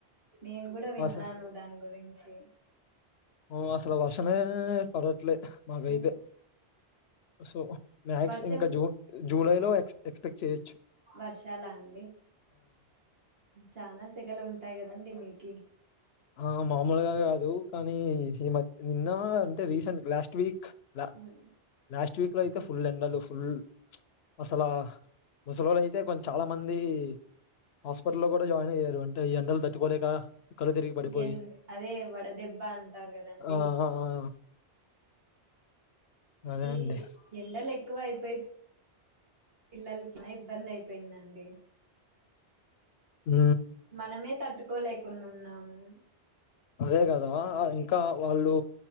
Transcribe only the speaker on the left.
అస
ఆ అస్సలు వర్షాలే పడట్లే. మాకైతే
సో మ్యాక్స్
ఇంకా జూన్ జూలై లో ఎక్స్ ఎక్స్పెక్ట్ చేయ్యొచ్చు.
ఆ మామూలుగా కాదు కానీ ఈ మధ్ నిన్నా అంటే రీసెంట్ లాస్ట్ వీక్ లా
లాస్ట్ వీక్లో అయితే ఫుల్ ఎండలు. ఫుల్ అసలా ముసలోల్లు అయితే కొం చాలా మంది హాస్పిటల్లో కూడా జాయిన్ అయ్యారు అంటే ఈ ఎండలు తట్టుకోలేక కళ్ళు తిరిగి పడిపోయి
ఆ ఆ ఆ, అదే
అండి
హ్
అదే కదా ఇంకా వాళ్ళు